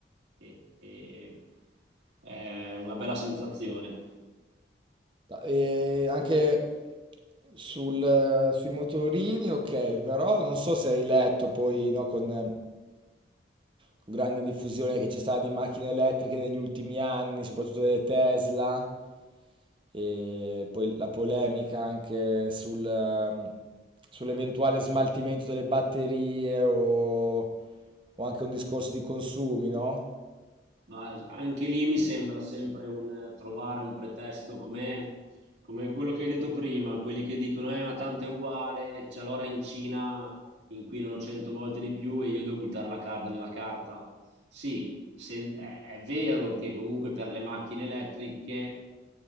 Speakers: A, on the right (about 85°); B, on the right (about 25°).
A: e- e è una bella sensazione.
B: E anche sul- sui motorini, ok, però non so se hai letto poi, no, con, eh, con grande diffusione che c'è stata di macchine elettriche negli ultimi anni, soprattutto delle Tesla, e poi la polemica anche sul, ehm, sull'eventuale smaltimento delle batterie o, o anche un discorso di consumi, no?
A: Ma anche lì mi sembra sempre un trovare un pretesto come, come quello che hai detto prima, quelli che dicono eh, ma tanto è uguale, c'è l'ora in Cina in cui inquinano 100 volte di più e io devo buttare la carta nella carta. Sì, se- è, è vero che comunque per le macchine elettriche